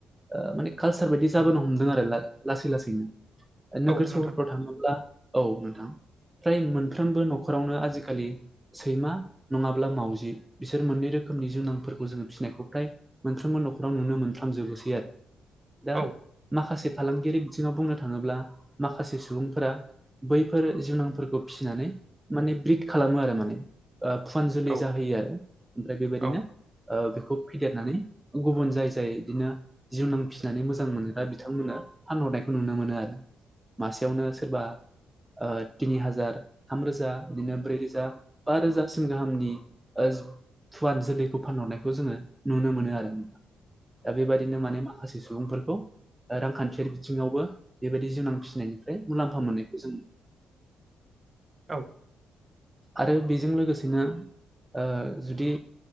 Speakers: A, on the right; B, on the right.
A: ओ माने कालसार बायदि जाबोनो हमदों आरो ला लासै लासैनो। ओनोगोर
B: औ
A: सहरफ्राव
B: नोंथां
A: थाङोब्ला औ नोंथां। फ्राय मोनफ्रोमबो न'खरावनो आजिखालि सैमा नङाब्ला मावजि बिसोर मोननै रोखोम नि जुनांफोरखौ जोङो फिनायखौ फ्राय मोनफ्रोमबो न'खराव नुनो मोनफ्राम जोबोसै आरो। दा
B: औ
A: माखासे फालांगियारि बिथिङाव बुंनो थाङोब्ला माखासे सुबुंफोरा बैफोर जिउनां फोरखौ फिनानै माने ब्रिद खालामो आरो माने। ओ फुवानजुलि
B: औ
A: जाहोयो आरो ओमफ्राय बेबायदिनो
B: औ
A: ओ बेखौ फेदेरनानै गुबुन जाय जाय इदिनो जिउनां फिनानै मोजां मोनग्रा बिथांमोना फानहरनायखौ नुनो मोनो आरो। मासेयावनो सोरबा ओ तिनि हाजार थामरोजा इदिनो ब्रै रोजा बा रोजासिम गाहामनि ओज फुवान जोलैखौ फानहरनायखौ जोङो नुनो मोनो आरो दा बेबायदिनो माने मा माखासे सुबुंफोरखौ ओ रांखान्थियारि बिथिङावबो बेबायदि जिउनां फिसिनायनिफ्राय मुलाम्फा मोननायखौ जों
B: औ
A: आरो बेजों लोगोसेनो ओ जुदि